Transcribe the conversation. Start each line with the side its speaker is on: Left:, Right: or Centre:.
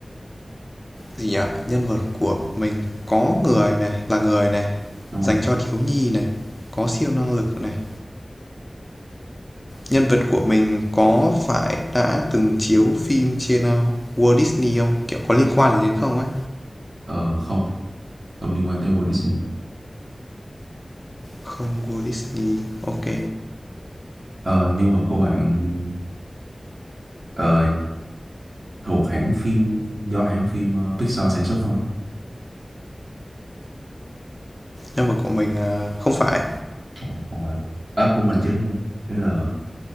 Left: gì nhỉ? Nhân vật của mình có người này, là người này,
Right: đúng
Left: dành
Right: rồi.
Left: cho thiếu nhi này, có siêu năng lực này. Nhân vật của mình có phải đã từng chiếu phim trên uh, Walt Disney không? Kiểu có liên quan gì đến không ấy?
Right: Ờ, không, không liên quan tới Walt Disney.
Left: Không Walt Disney. Ok.
Right: Ờ, nhân vật của bạn ờ, thuộc hãng phim do hãng phim ờ, Pixar sản xuất không?
Left: Nhân vật của mình ờ, không phải.
Right: Không, không phải. À, của mình chứ đúng không? Tức là